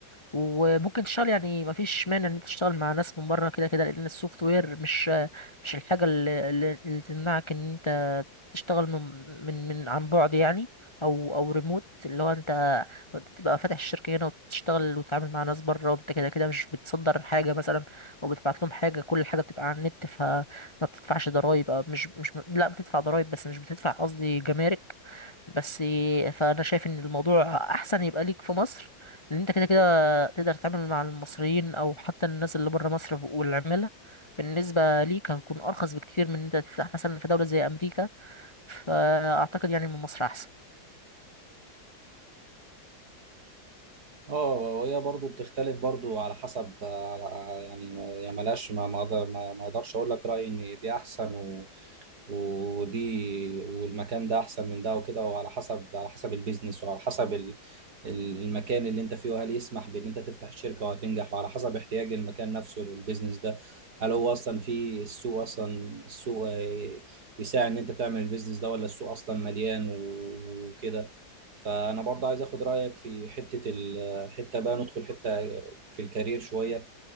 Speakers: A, on the left; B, on the right.
A: وممكن تشتغل يعني مفيش مانع ان انت تشتغل مع ناس من بره كده كده لان السوفت وير مش مش الحاجه اللي, اللي اللي تمنعك ان انت تشتغل من من من عن بعد يعني او او ريموت اللي هو انت تبقى فاتح الشركه هنا وتشتغل وتتعامل مع ناس بره وانت كده كده مش بتصدر حاجه مثلا او بتبعت لهم حاجه كل حاجه بتبقى على النت فما بتدفعش ضرائب أو مش مش لا بتدفع ضرائب بس مش بتدفع قصدي جمارك بس فانا شايف ان الموضوع احسن يبقى ليك في مصر لان انت كده كده تقدر تعمل مع المصريين او حتى الناس اللي بره مصر والعمالة بالنسبة ليك هتكون ارخص بكتير من ان انت تفتح مثلا في دولة زي امريكا فاعتقد يعني من مصر احسن
B: اه وهي برضو بتختلف برضو على حسب على- يعني يعني ملهاش ما ما أقدر- ما ما اقدرش اقول لك رايي ان دي احسن و ودي والمكان ده احسن من ده وكده وعلى حسب على حسب البيزنس وعلى حسب ال- ال- المكان اللي انت فيه وهل يسمح بان انت تفتح الشركه وهتنجح وعلى حسب احتياج المكان نفسه للبيزنس ده هل هو اصلا في السوق اصلا السوق آه، يساعد ان انت تعمل البيزنس ده ولا السوق اصلا مليان وكده فانا برضه عايز اخد رايك في حته حته بقى ندخل حته في الكارير شويه